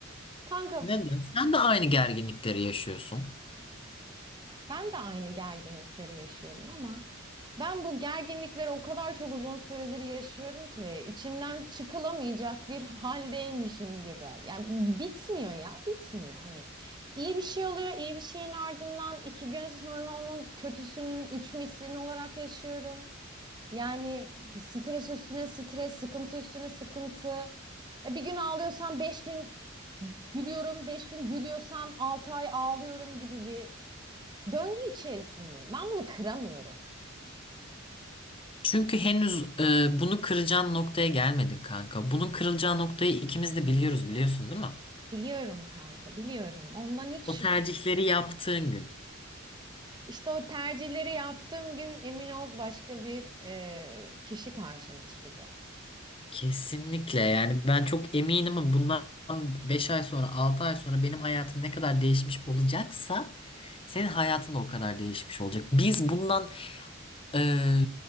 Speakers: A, on the right; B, on the left.
A: Kanka
B: Neden? Sen de aynı gerginlikleri yaşıyorsun.
A: Ben de aynı gerginlikleri yaşıyorum ama ben bu gerginlikleri o kadar çok uzun süredir yaşıyorum ki içinden çıkılamayacak bir haldeymişim gibi. Yani bitmiyor ya, bitmiyor. Hani iyi bir şey oluyor, iyi bir şeyin ardından iki gün sonra onun kötüsünün üç mislini olarak yaşıyorum. Yani stres üstüne stres, sıkıntı üstüne sıkıntı. E bir gün ağlıyorsam beş gün gülüyorum, beş gün gülüyorsam altı ay ağlıyorum gibi bir Döngü içerisindeyim. Ben bunu kıramıyorum.
B: Çünkü henüz e, bunu kıracağın noktaya gelmedin kanka. Bunun kırılacağı noktayı ikimiz de biliyoruz biliyorsun değil mi?
A: Biliyorum kanka, biliyorum. Ondan hiç
B: O
A: şüphem
B: tercihleri
A: yok.
B: yaptığın gün.
A: İşte o tercihleri yaptığım gün emin ol başka bir e, kişi karşına çıkacak.
B: Kesinlikle yani ben çok eminim ama bundan 5 ay sonra 6 ay sonra benim hayatım ne kadar değişmiş olacaksa senin hayatın da o kadar değişmiş olacak. Biz bundan Ee,